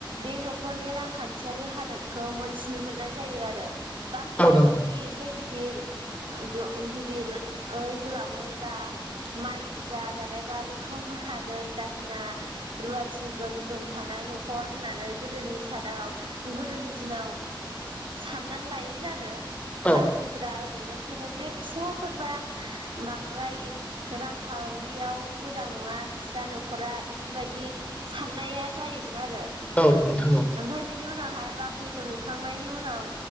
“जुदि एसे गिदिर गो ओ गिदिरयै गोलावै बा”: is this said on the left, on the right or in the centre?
Right